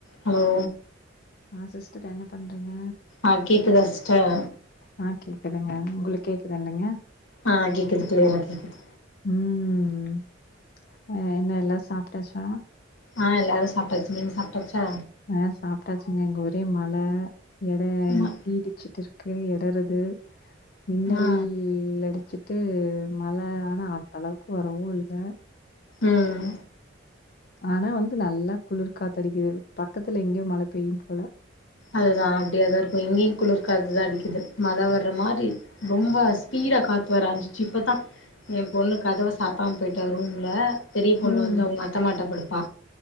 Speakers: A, on the left; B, on the left.
A: Hello
B: ஆ sister என்ன பண்றீங்க
A: ஆ கேக்குதா சிஸ்டர்
B: ஆ கேக்குதுங்க உங்களுக் கேக்குதல்லைங்க
A: ஆ கேக்குது க்ளியரா கேக்குது
B: ம் அ என்ன எல்லா சாப்ட்டாச்சா
A: ஆ எல்லாரு சாப்ட்டாச்சு நீங்க சாப்ட்டாச்சா
B: ஆ சாப்ட்டாச்சுங்க இங்க ஒரே மழ எட
A: ஆமா
B: இடி இடிச்சிட்டுர்க்கு எடருது மின்னல்
A: ஆ
B: அடிச்சிட் டு மழ ஆனா அந்தளவுக்கு வரவு இல்ல
A: ம்
B: ஆனா வந்து நல்லா குளிர் காத்தடிக்கிது பக்கத்துல எங்யோ மழ பெய்யு போல
A: அதுதா அப்டியாதா இருக்கு இங்கயு குளிர்காத்து தா அடிக்கிது மழ வர்ற மாரி ரொம்ப ஸ்பீடா காத்து வர ஆரமிச்சிர்ச்சு இப்பத்தா எ பொண்ணு கதவ சாத்தாம் போய்ட்டா ரூம்ல பெரிய பொண்ணு
B: ம்
A: வந்து அவ்ங்க அத்தமாட்ட படுப்பா